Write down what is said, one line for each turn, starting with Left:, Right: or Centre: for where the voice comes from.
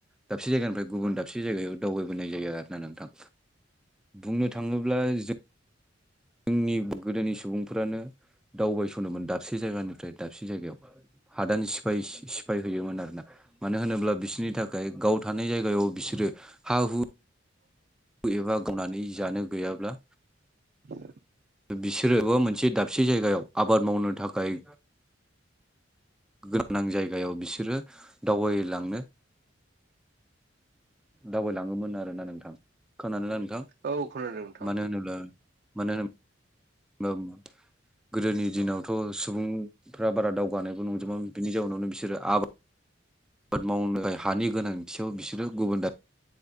Centre: दाबसे जायगानिफ्राय गुबुन दाबसे जायगायाव दावबायबोनाय जाया आरो ना नोंथां। बुंनो थाङोब्ला जो ओंनि गोदोनि सुबुंफ्रानो दावबायस'नोमोन दाबसे जायगानि ट्राय दाबसे जायगायाव हादान सिफायसि सिफाय होयोमोन आरोना मानो होनोब्ला बिसिनि थाखाय गाव थानाय जायगायाव बिसोरो हा हु
Right: औ औ।
Centre: एबा गावनानै जानो गैयाब्ला
Right: <inaudible>
Centre: बिसोरबो मोनसे दाबसे जायगायाव आबाद मावनो थाखाय गोनां जायगायाव बिसोरो दावबायलांनो दावबायलाङोमोन आरोना नोंथां खोनादोंना नोंथां
Right: औ खोनादों नोंथां
Centre: मानो होनोब्ला मानो होनोब्ला ओबा गोदोनि दिनावथ' सुबुं फ्रा बारा दावगानायबो नंजोबा बिनि जाउनावनो बिसोरो आबाद आबाद मावनो हानि गोनांथियाव बिसोरो गुबुन दा